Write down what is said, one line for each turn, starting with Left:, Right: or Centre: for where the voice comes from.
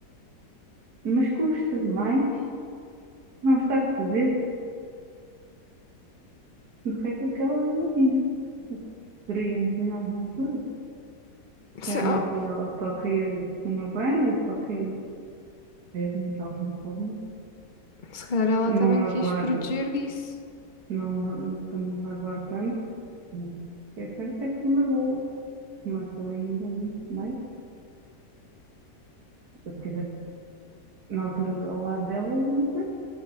Right: Mas custa demais não estar presente do que aquilo que ela imagina. Eu Poderia imaginar na altura.
Left: se,
Right: Já
Left: ah,
Right: na altura ela só queria o meu bem e só queria ver-me de alguma forma.
Left: se calhar ela
Right: Não
Left: também
Right: me
Left: te
Right: aguardo,
Left: quis proteger disso.
Right: não me, não me aguardo tanto. Mas o que é certo é que me magoou. Marcou ainda, não sei. Se eu estivesse na altura ao lado delas, não sei.